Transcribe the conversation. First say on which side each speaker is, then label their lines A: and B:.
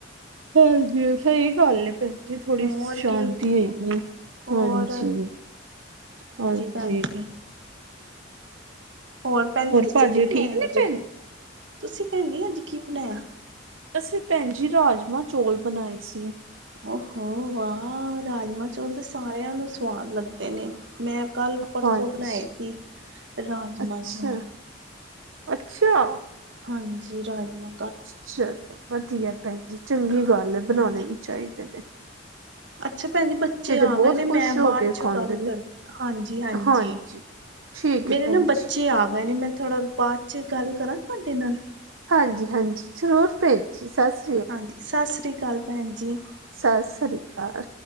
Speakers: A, on the right (about 80°); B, on the right (about 60°).
A: ਚਲ ਠੀਕ, ਸਈ ਗੱਲ ਏ ਫੇਰ। ਜੀ ਥੋੜੀ
B: ਹੋਰ
A: ਸ਼ਾਂਤੀ
B: ਕੀ
A: ਹੈਗੀ ਏ,
B: ਹੋਰ
A: ਹਾਂਜੀ ਹਾਂਜੀ।
B: ਭੈਣ ਜੀ। ਹੋਰ ਭੈਣ ਜੀ ਤੁਸੀਂ
A: ਭਾਜੀ
B: ਕੀ ਬਨਾਯਾ,
A: ਠੀਕ ਨੇ
B: ਅੱਜ
A: ਭੈਣ?
B: ਤੁਸੀਂ ਭੈਣ ਜੀ ਅੱਜ ਕੀ ਬਨਾਯਾ?
A: ਅਸੀਂ ਭੈਣ ਜੀ ਜੀ ਰਾਜਮਾ-ਚੋਲ ਬਨਾਏ ਸੀ।
B: ਓਹੋ ਵਾਹ! ਰਾਜਮਾ-ਚੌਲ ਤੇ ਸਾਰਿਆਂ ਨੂੰ ਸਵਾਦ ਲੱਗਦੇ ਨੇ। ਮੈਂ ਕੱਲ-ਪਰਸੋਂ
A: ਹਾਂਜੀ,
B: ਬਨਾਏ ਸੀ ਰਾਜਮਾ-ਚੌਲ।
A: ਅੱਛਾ। ਅੱਛਾ।
B: ਹਾਂਜੀ, ਰਾਜਮਾ।
A: ਚਲੋ ਵਧੀਆ ਭੈਣ ਜੀ, ਚੰਗੀ
B: ਹਾਂਜੀ
A: ਗੱਲ ਐ
B: ਭੈਣ
A: ਬਨਾਨੇ
B: ਜੀ
A: ਵੀ ਚਾਈਦੇ ਨੇ।
B: ਅੱਛਾ ਭੈਣ ਜੀ ਬੱਚੇ ਆ
A: ਤੇ ਬਹੁਤ
B: ਗਏ ਨੇ,
A: ਖੁਸ਼
B: ਮੈਂ
A: ਹੋ
B: ਬਾਦ
A: ਕੇ
B: ਚੋਂ
A: ਖਾਂਦੇ
B: ਗੱਲ
A: ਨੇ
B: ਕਰਦ ਹਾਂਜੀ-ਹਾਂਜੀ।
A: ਹਾਂਜੀ ਠੀਕ
B: ਮੇਰੇ
A: ਹੈ ਭੈਣ
B: ਨਾ ਬੱਚੇ
A: ਜੀ
B: ਆ ਗਏ ਨੇ, ਮੈਂ ਥੋੜ੍ਹਾ ਬਾਅਦ ਚ ਗੱਲ ਕਰਾਂ ਤੁਆਡੇ ਨਾਲ?
A: ਹਾਂਜੀ-ਹਾਂਜੀ, ਜਰੂਰ ਭੈਣ ਜੀ ਸਤਿ ਸ਼੍ਰੀ
B: ਹਾਂਜੀ, ਸਤਿ ਸ੍ਰੀ ਅਕਾਲ ਭੈਣ ਜੀ।
A: ਸਸ ਸ੍ਰੀ ਅਕਾਲ।